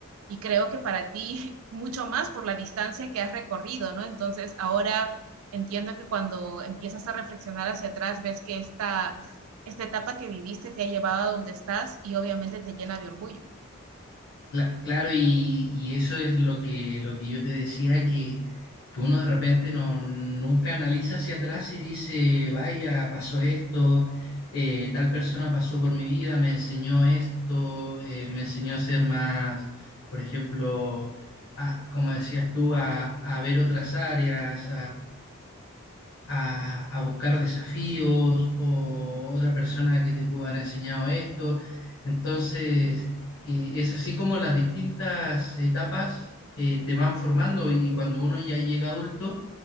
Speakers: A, on the right; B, on the left.
A: y creo que para ti <laughs> mucho más por la distancia que has recorrido, ¿no? Entonces ahora entiendo que cuando empiezas a reflexionar hacia atrás ves que esta, esta etapa que viviste te ha llevado a donde estás y obviamente te llena de orgullo.
B: Cla- claro, y, y eso es lo que, lo que yo te decía, que, que uno de repente no, nunca analiza hacia atrás y dice, vaya, pasó esto, eh, tal persona pasó por mi vida, me enseñó esto, eh, me enseñó a ser más, por ejemplo, a- como decías tú, a, a ver otras áreas, a, a buscar desafíos o otra persona que te pudo haber enseñado esto. Entonces, eh, es así como las distintas etapas eh, te van formando y cuando uno ya llega adulto,